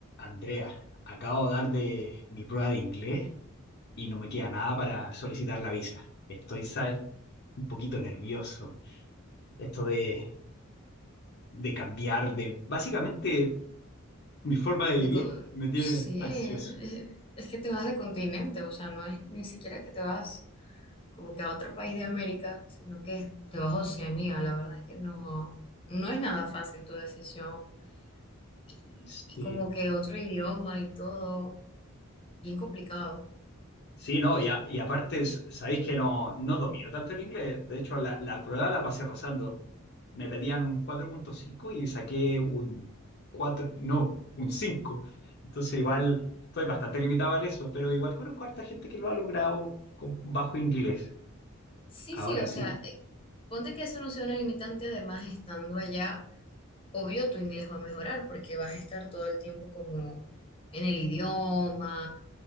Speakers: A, on the left; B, on the left.
A: Andrea, acabo de dar de mi prueba de inglés y no me queda nada para solicitar la visa. Estoy, sabes, un poquito nervioso. Esto de, de cambiar de básicamente mi forma de
B: De
A: vivir
B: co-
A: me tiene
B: sí,
A: ansioso.
B: es, es que te vas de continente, o sea, no es ni siquiera que te vas como que a otro país de América, sino que te vas a Oceanía. La verdad es que no, no es nada fácil tu decisión y,
A: Sí.
B: y como que otro idioma y todo, bien complicado.
A: Sí, no, y, a- y aparte s- sabéis que no, no domino tanto el inglés. De hecho, la, la prueba la pasé rozando. me pedían un 4.5 y saqué un cuatro no, un cinco Entonces igual estoy bastante limitado en eso, pero igual conozco a harta gente que lo ha logrado con bajo inglés.
B: Sí,
A: Ahora
B: sí, o
A: sí,
B: sea, eh, ponte que eso no sea una limitante, además estando allá, obvio tu inglés va a mejorar porque vas a estar todo el tiempo como en el idioma